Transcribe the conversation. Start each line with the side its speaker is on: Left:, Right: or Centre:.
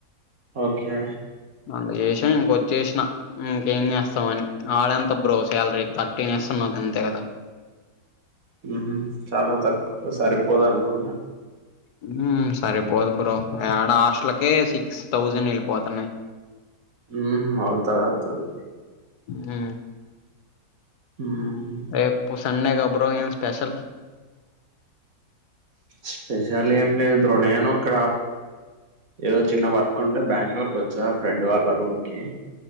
Right: ఓకే
Left: మన యెషన్ కొచ్చేసిన ఇంకేం చేస్తామని ఆడెన్త బ్రో శాలరీ థర్టీన్ ఇస్తున్నారు అంతే కదా
Right: హుహు చాలా తక్ సరిపోదు అనుకుంటా
Left: హ్మ్ సరిపోదు బ్రో యాడ హాస్టలకే సిక్స్ థౌజండ్ యెళ్ళిపోతున్నయ్
Right: హ్మ్ అవుతది అవుతది
Left: అ
Right: ఉం
Left: రేపు సండేగా బ్రో ఏం స్పెషల్
Right: స్పెషల్ ఏం లేదు బ్రో నేను ఒక ఏదో చిన్న వర్క్ ఉంటే బెంగళూరుకు వచ్చా ఫ్రెండ్ వాళ్ళ రూమ్ కి